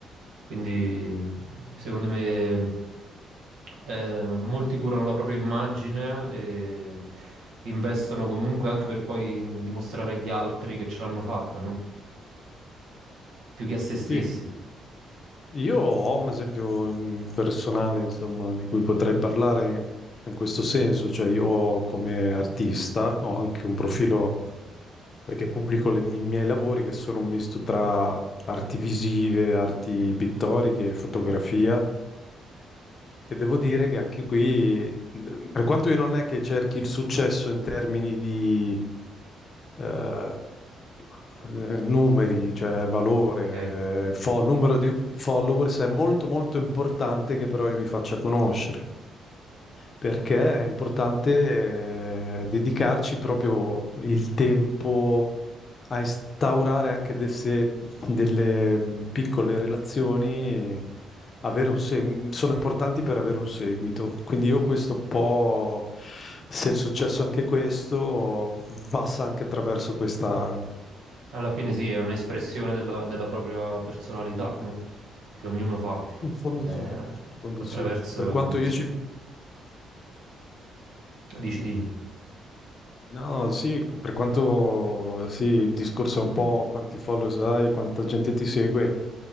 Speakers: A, on the right; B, on the left.
A: Quindi secondo me eh, molti curano la propria immagine e investono comunque anche per poi dimostrare agli altri che ce l'hanno fatta, no? Più che a se stessi.
B: Sì. Io ho un esempio in- personale, insomma, di cui potrei parlare in questo senso, cioè io ho come artista ho anche un profilo perché pubblico le mi- i miei lavori che sono un misto tra arti visive, arti pittoriche, e fotografia. E devo dire che anche qui, eh, per quanto io non è che cerchi il successo in termini di eh, eh, numeri, cioè valore,
A: Ok.
B: eh, fo- numero di followers, è molto molto importante che però io mi faccia conoscere, perché è importante eh, dedicarci proprio il tempo a instaurare anche desse- delle mh, piccole relazioni, e avere un seg- sono importanti per avere un seguito. Quindi io questo un po', se è successo anche questo, mh, passa anche attraverso questa...
A: Alla fine sì, è un'espressione della, della propria personalità, no? Che ognuno fa
B: In fondo
A: eh,
B: sì, in fondo
A: attraverso...
B: sì. Per quanto io
A: sì.
B: ci...
A: Dici, dici.
B: No, sì, per quanto sì, il discorso è un po' quanti follow hai, quanta gente ti segue,